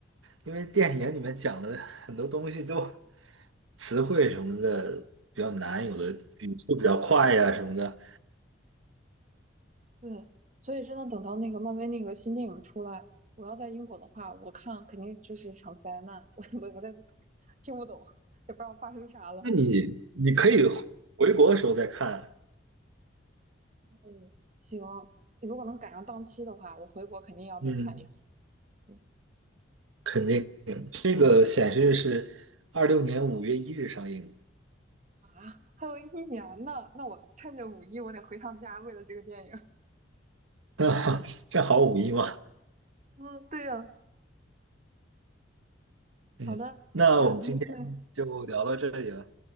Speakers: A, on the right (about 75°); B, on the right (about 35°).
A: 因为电影里面讲的很多东西都词汇什么的比较难，有的语速比较快呀、什么的，
B: 对，所以真的等到那个漫威那个新电影出来，我要在英国的话，我看肯定就是一场灾难，我我我在听不懂，也不知道发生啥了。
A: 那你你可以回回国的时候再看，
B: 嗯，行，如果能赶上档期的话，我回国肯定要再看一遍。
A: 嗯，
B: 嗯
A: 肯定，这个显示是二六年五月一日上映。
B: 啊，还有一年呢，那我趁着五一，我得回趟家，为了这个电影。<laughs>
A: 那 <laughs> 正好五一嘛，
B: 嗯，对呀，
A: 嗯，
B: 好的，
A: 那我们今天就聊到这里了。
B: 那很高兴，